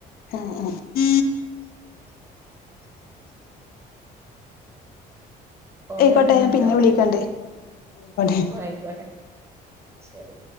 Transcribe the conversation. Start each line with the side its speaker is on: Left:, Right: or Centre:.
Left: ആ ആ ഹ
Right: കോള്
Left: അയ്ക്കോട്ടെ
Right: വരുന്നുണ്ടോ
Left: ഞ പിന്നെ വിളിക്കണ്ട് ഓട്ടെ
Right: ഓ ആയിക്കോട്ടെ ശരി